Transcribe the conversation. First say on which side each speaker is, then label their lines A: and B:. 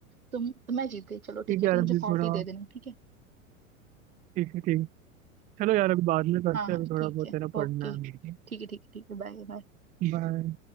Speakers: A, on the right; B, on the right.
A: तुम मैं जीत गई चलो
B: ठीक
A: ठीक है
B: है
A: तुम
B: यार
A: मुझे
B: अभी
A: पार्टी
B: थोड़ा
A: दे देना ठीक है
B: ठीक है ठीक है चलो यार अभी बाद में करते
A: हाँ हाँ
B: हैं अभी थोड़ा
A: ठीक
B: बहुत
A: है
B: है ना
A: ओके
B: पढ़ना है मेरे
A: ठीक है ठीक है ठीक है बाय बाय।
B: को बाय